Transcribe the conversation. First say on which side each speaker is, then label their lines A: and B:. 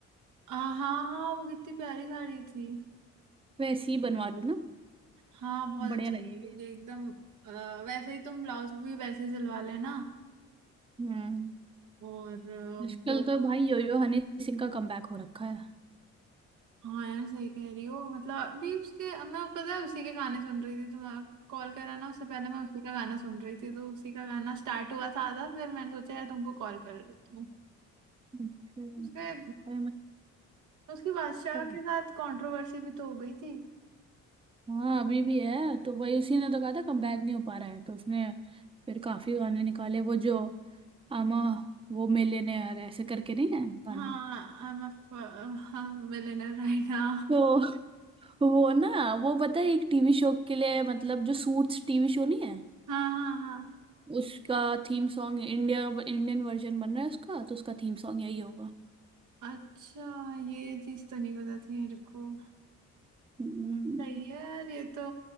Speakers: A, on the right; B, on the right.
A: आ, हाँ हाँ वो कितनी प्यारी साड़ी थी
B: वैसे ही बनवा लूँ ना
A: हाँ बहुत
B: बढ़िया
A: अच्छी
B: लगेगी
A: होगी एकदम अ, वैसे ही तुम ब्लाउज भी वैसे सिलवा लेना
B: हम्म
A: और अ,
B: आजकल
A: जो
B: तो भाई योयो हनी सिंह का कमबैक हो रखा है
A: हाँ यार सही कह रही हो मतलब अभी उसके अब मैं पता है उसी के गाने सुन रही थी तो मैं कॉल करा ना उससे पहले मैं उसी का गाना सुन रही थी तो उसी का गाना स्टार्ट हुआ था आधा फिर मैंने सोचा यार तुमको कॉल कर लेती हूँ
B: अच्छा
A: उसके
B: अरे
A: उसकी बादशाह
B: मतलब
A: के साथ कंट्रोवर्सी भी तो हो गई थी
B: हाँ अभी भी है तो वही उसी ने तो कहा था कमबैक नहीं हो पा रहा है तो उसने फिर काफी गाने निकाले वो जो आमा वो मिलियनेयर ऐसे करके नहीं है गाना
A: हाँ I am uh millionaire right ना
B: तो वो ना वो पता है एक टीवी शो के लिए मतलब जो सूट्स टीवी शो नहीं है
A: हाँ हाँ हाँ
B: उसका theme song India Indian version बन रहा है उसका तो उसका थीम सॉन्ग यही होगा
A: अच्छा ये चीज तो नहीं पता थी मेरे को
B: हम्म,
A: सही है यार ये तो